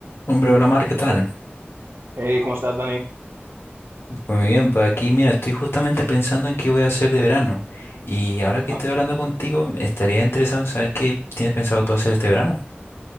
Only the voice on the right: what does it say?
Eh, ¿cómo estás, Dani?
Ajá.